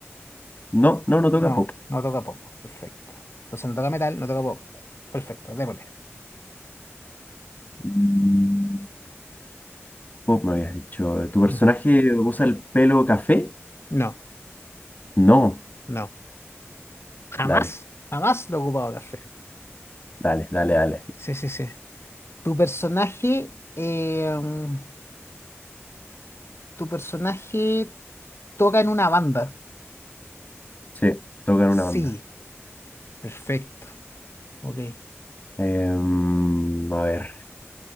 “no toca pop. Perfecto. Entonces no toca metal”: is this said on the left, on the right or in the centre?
Left